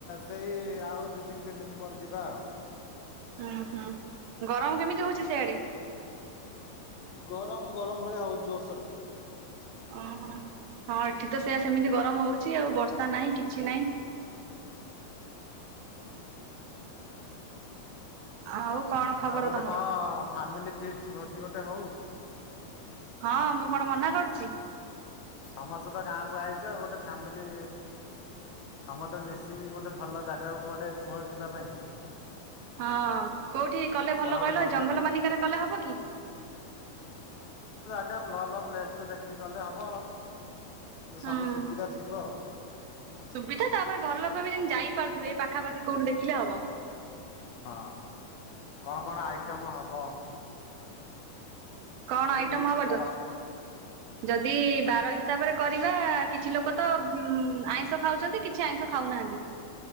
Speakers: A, on the left; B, on the right.
A: ସେଇ ଆଉ ଦିଇ ଦିନ ତିନି ଦିନ ପରେ ଯିବା ଆଉ।
B: ହୁଁ ହୁଁ ଗରମ କେମିତି ହୋଉଚି ସେଇଆଡେ?
A: ଗରମ ଗରମ ଭଳିଆ ହୋଉଚି ଜୋର ସରେ।
B: ଓହୋ ହଁ ଠି ତ ସେୟା ସେମିତି ଗରମ ହୋଉଚି ଆଉ ବର୍ଷା ନାହିଁ କିଛି ନାହିଁ।
A: <unintelligible>
B: ଆଉ କଣ ଖବର
A: ଆଉ ଗୋଟେ
B: ତମର?
A: କଣ? ଫାମିଲ ଫିଷ୍ଟ ଭୋଜି ଗୋଟେ ହୋଉ।
B: ହଁ ମୁଁ କଣ ମନା କରୁଚି?
A: ସମସ୍ତେ ତ ଗାଁକୁ ଆଇଚ ଗୋଟେ ଫ୍ୟାମିଲି ସମସ୍ତେ ମିଶିକି ଗୋଟେ ଭଲ ଜାଗାକୁ କୁଆଡେ କୁହ ଯିବା ପାଇଁ।
B: ହଁ। କୋଉଠି କଲେ ଭଲ
A: କଣ ଗୋଟେ
B: କହିଲ
A: ବଜେ
B: ଜଙ୍ଗଲ ମାନିକାରେ କଲେ ହବ କି?
A: ଯେ ଭଲ ପ୍ଲେସ ଟେ ଦେଖିକି ଗଲେ ହବ। ଏ
B: ହୁଁ
A: ସବୁ ସୁବିଧା ଥିବ ଆଉ।
B: ସୁବିଧା ତାପରେ ଘର ଲୋକ ବି ଯେମିତି ଯାଇପାରୁଥିବେ ଏଇ ପାଖାପାଖି କୋଉଠି ଦେଖିଲେ ହବ।
A: ହଁ କଣ କଣ ଆଇଟମ ହବ?
B: କଣ
A: ଗୋଟେ
B: ଆଇଟମ
A: ଲିଷ୍ଟ
B: ହବ?
A: କର
B: ଯ ଯଦି ବାର ହିସାବରେ କର କିଛି ଲୋକ ତ ଉ ଆଇଁଷ ଖାଉଛନ୍ତି କିଛି ଆଇଁଷ ଖାଉନାହାନ୍ତି।